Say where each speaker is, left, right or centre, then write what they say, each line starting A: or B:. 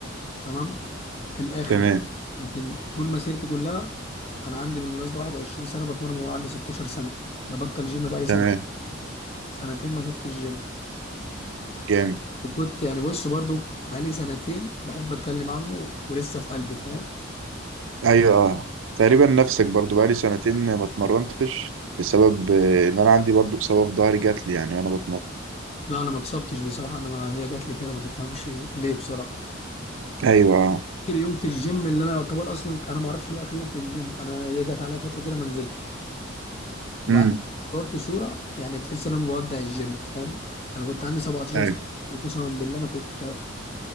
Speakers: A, on the left; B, on the right.
A: تمام في الاخر
B: تمام
A: لكن طول مسيرتي كلها انا عندي بالمناسبه 21 سنه بتمرن من وانا عندي 16 سنه ببطل جيم بقى لي سنه
B: تمام
A: سنتين ما شفتش الجيم
B: جامد
A: كنت يعني بص برضو بقى لي سنتين بحب اتكلم عنه ولسه في قلبي فاهم
B: ايوه اه تقريبا نفسك برضو بقالي سنتين ما اتمرنتش بسبب آه، ان انا عندي برضو اصابه في ظهري جات لي يعني وانا بتمرن
A: لا انا ما اتصبتش بصراحه انا ما هي جات لي كده ما تفهمش ليه بصراحه
B: ايوه اه
A: اخر يوم في الجيم اللي انا يعتبر اصلا انا ما اعرفش اللي هو اخر يوم في الجيم انا هي جت عليا فتره كده ما نزلتش وبعد
B: امم
A: صورت صوره يعني تحس ان انا بودع الجيم فاهم انا كنت عندي 17
B: ايوه
A: سنه وقسما بالله انا كنت